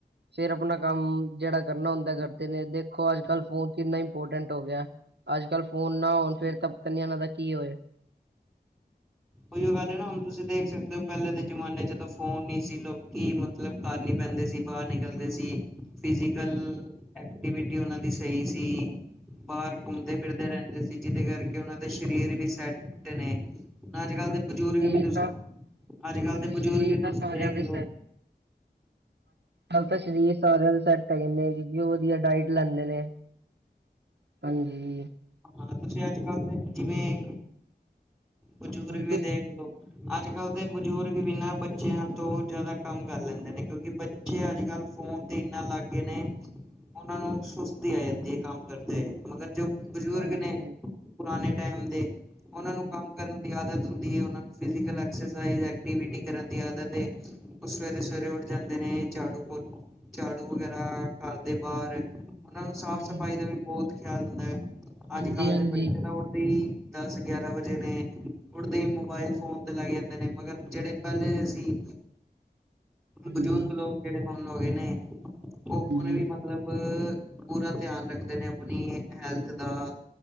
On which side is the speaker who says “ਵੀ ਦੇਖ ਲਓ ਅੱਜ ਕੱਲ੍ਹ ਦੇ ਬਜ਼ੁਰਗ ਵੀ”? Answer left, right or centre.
Centre